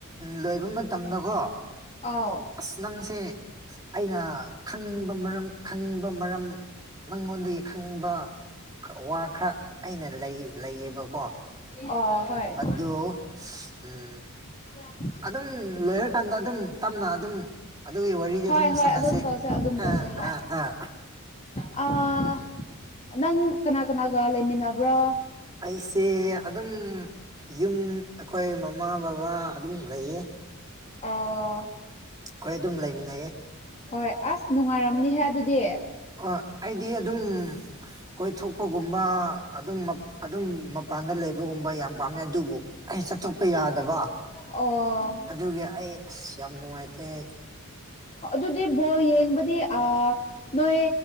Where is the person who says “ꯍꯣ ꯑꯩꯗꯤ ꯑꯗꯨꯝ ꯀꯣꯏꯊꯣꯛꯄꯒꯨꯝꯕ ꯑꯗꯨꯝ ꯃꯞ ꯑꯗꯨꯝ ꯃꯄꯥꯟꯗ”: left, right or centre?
Right